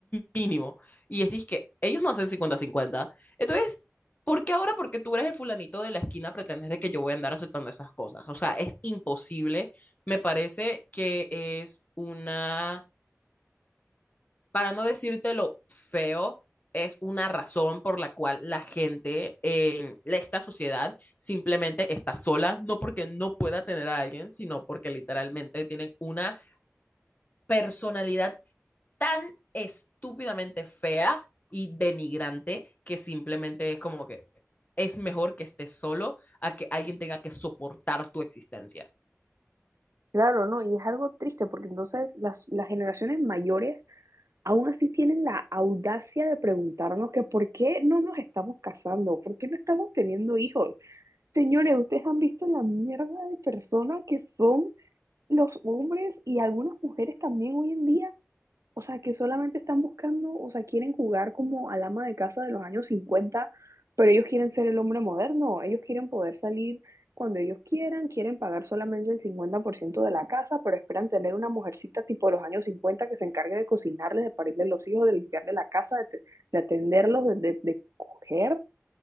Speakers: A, on the left; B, on the right.
A: mínimo. Y es disque, ellos no hacen cincuenta-cincuenta. Entonces, ¿por qué ahora? Porque tú eres el fulanito de la esquina, pretendes de que yo voy a andar aceptando esas cosas. O sea, es imposible. Me parece que es una para no decirte lo feo, es una razón por la cual la gente en esta sociedad simplemente está sola, no porque no pueda tener a alguien, sino porque literalmente tienen una personalidad tan estúpidamente fea y denigrante que simplemente es como que es mejor que estés solo a que alguien tenga que soportar tu existencia.
B: Claro, ¿no? Y es algo triste porque entonces las, las generaciones mayores aún así tienen la audacia de preguntarnos que por qué no nos estamos casando, por qué no estamos teniendo hijos. Señores, ustedes han visto la mierda de personas que son los hombres y algunas mujeres también hoy en día o sea, que solamente están buscando, o sea, quieren jugar como al ama de casa de los años 50, pero ellos quieren ser el hombre moderno, ellos quieren poder salir cuando ellos quieran, quieren pagar solamente el 50% de la casa, pero esperan tener una mujercita tipo de los años 50 que se encargue de cocinarles, de parirles los hijos, de limpiarle la casa, de, te- de atenderlos, de, de, de coger.